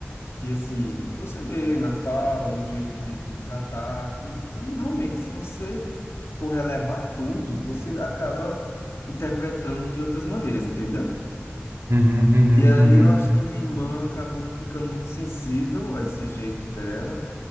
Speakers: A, on the left; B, on the right.
A: que assim, você vê na fala, no jeito de, de tratar, que, que realmente, se você for relevar tudo, você acaba interpretando de outras maneiras, entendeu?
B: Uhum. Uhum.
A: E aí
B: Uhum.
A: eu acho que minha irmã acabou ficando muito sensível a esse jeito dela.